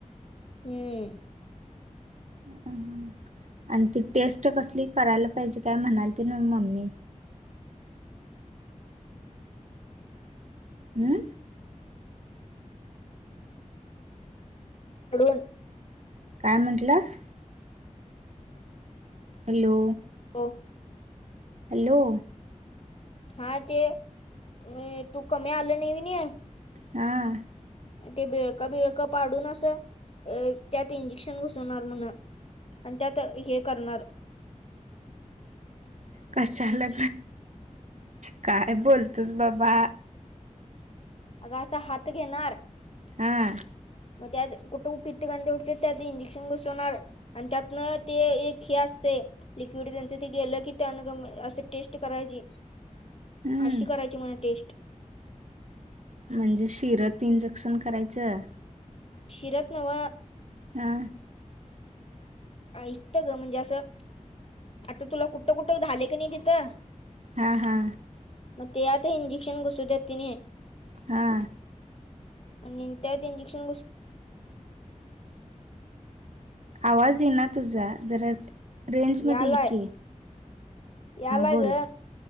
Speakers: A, on the left; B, on the right.
A: हम्म.
B: अ आणि ती टेस्ट कसली करायला पाहिजे काय म्हणाल ते ना मम्मी.. हम्म..
A: <unintelligible>
B: काय म्हटलंस? हॅलो,
A: हो,
B: हॅलो.
A: हा ते अ तू कमी आलं नाही नाही.
B: हा.
A: ते बिळका बिळकं पाडून असं अ त्यात इंजेक्शन घुसवणार म्हण. आणि त्यात हे करणार.
B: कशाला काय बोलतोस बाबा
A: अग असं हात घेणार.
B: हम.
A: मग त्यात कुठे उपित्त कां उडते त्यात इंजेक्शन घसवणार. आणि त्यातन ते एक हे असते. लिक्विड त्यांच ते गेलं की ते अनग अस टेस्ट करायची.
B: हम्म
A: अशी करायची म्हणा टेस्ट.
B: म्हणजे शिरत इंजेक्शन करायचं.
A: सिरप नव
B: हा.
A: ऐतं ग म्हणजे असं आता तुला कुठं कुठ झाले की नाही तिथं
B: हा हा.
A: मे यात इंजेक्षन घुसदतिन.
B: हा.
A: आणि त्यात इंजेक्शन ग.
B: आवाज येणा. तु जरा रेंज मध्ये
A: यालाय
B: ये की
A: यालाय
B: बोल.
A: ग